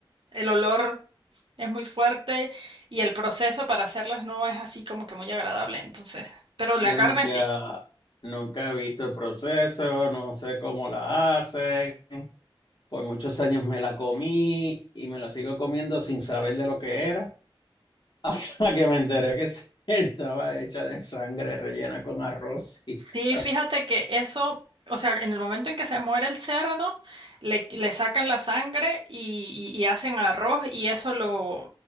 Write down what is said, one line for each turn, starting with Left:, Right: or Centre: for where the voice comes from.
Right: el olor es muy fuerte y el proceso para hacerlas no es así como que muy agradable, entonces. Pero la
Left: Yo
Right: carne
Left: nunca,
Right: sí.
Left: nunca he visto el proceso, no sé cómo la hacen. Por muchos años me la comí y me la sigo comiendo sin saber de lo que era, <laughs> hasta que me enteré que sí, estaba hecha de sangre rellena con arroz y
Right: Sí,
Left: <laughs>
Right: fíjate que eso, o sea, en el momento en que se muere el cerdo, le, le sacan la sangre y, y- y hacen arroz y eso lo,